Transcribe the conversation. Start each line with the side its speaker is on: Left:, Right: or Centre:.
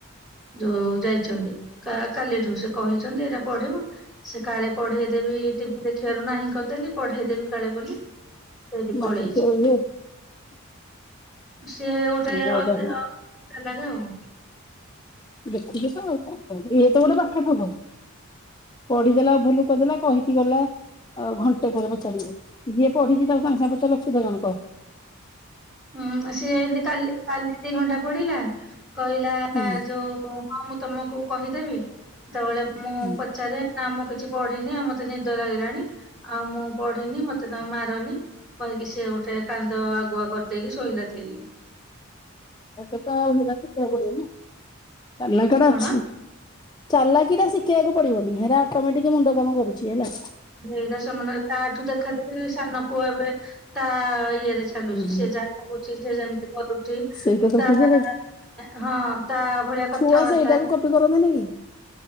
Centre: ଯୋଉଁ ଯାଇ ଛନ୍ତି କା କାଲିଠୁଁ ସେ କହିଛନ୍ତି ଏଇଟା ପଢିବ ସେ କାଳେ ପଢେଇଦେବେ ଟିଭି ଦେଖିବାରୁ ନାହିଁ କରିଦେଲି ପଢେଇଦେବି କାଳେ ବୋଲି। ସେଇଠି
Left: ଭାଇ
Centre: ପଳେଇଛି
Left: କତିରେ ପଢିବ।
Centre: ସିଏ ଗୋଟେ
Left: ହଁ
Centre: ଅଦେ ଅଁ ଡାଲାରେ ଆଉ।
Left: ଦେଖୁଛୁ ତ ଆଉ କଣ କିହିବୁ। ଇଏ ତ ଗୋଟେ ପାଠ ଠକ। ପଢିଦେଲା ଭୁଲୁ କରିଦେଲା କହିକି ଗଲା। ଆଉଁ ଘଣ୍ଟେ ପରେ ପଚାରିବ। ଯିଏ ପଢିଛି ତାଙ୍କୁ ସାଙ୍ଗେ ସାଙ୍ଗେ ପଚାରିଲେ ଖୁଦ୍ଧ ଜଣକ।
Centre: ହୁଁ ସିଏ ଏମିତି କାଲି କାଲି ଦି ଘଣ୍ଟା ପଡିଲା କହିଲା
Left: ହୁଁ
Centre: ଯୋଉଁ। ହଁ ମୁଁ ତମକୁ କହିଦେବି ସେତେବେଳେ ମୁଁ
Left: ହୁଁ
Centre: ପଚା ପଚାର ନାଁ ମୁଁ କିଛି ପଢିନି ଆ ମୋତେ ନିଦ ଲାଗିଲାଣି ଆଉ ମୁଁ ପଢିନି ମୋତେ ତମେ ମାରନି କହିକି ସିଏ ଗୋଟେ କାନ୍ଦ ଆଗୁଆ କରିଦ ଦେଇକି ଶୋଇଲା ଥିରିକି।
Left: ତତେ ତ ଆଉଁ ହେଲା ଶୀତ କରିବନି ତାଲା ଟା
Centre: କଣ
Left: ଅଛି। ଚାର୍ଲହାକି ଟା ଶିଖେଇବାକୁ ପଡିବନି ହେରା ଅଟୋମେଟିକ ମୁଣ୍ଡ କାମ କରୁଛି ହେଲା।
Centre: ନିଜ ସାମ୍ନା ରେ ତାଠୁ ଦେଖା ଦେଖି ସାନ ପୁଅ ଏବେ ତା ଇଏରେ ଚାଲୁଛି
Left: ହୁଁ
Centre: ସେ ଯାହା କହୁଛି ସେ ଯେମିତି କରୁଛି
Left: ସେଇଟା ତ
Centre: ତା ଆଁ
Left: ହୁଏ ଆଉ
Centre: ଆଁ ହଁ ତା ଭଳିଆ କଥାବାର୍ତ୍ତା
Left: ଛୁଆ ସେଇଟାକୁ କପି କରନ୍ତିନି କି